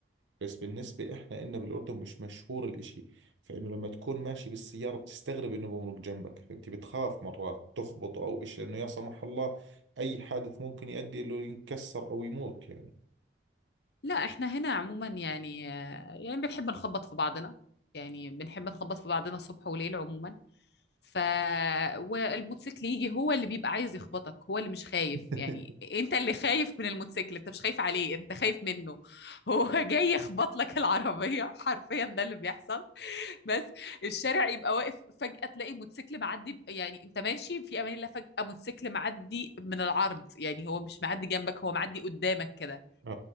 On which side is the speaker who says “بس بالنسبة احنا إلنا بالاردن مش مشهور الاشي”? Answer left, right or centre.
Right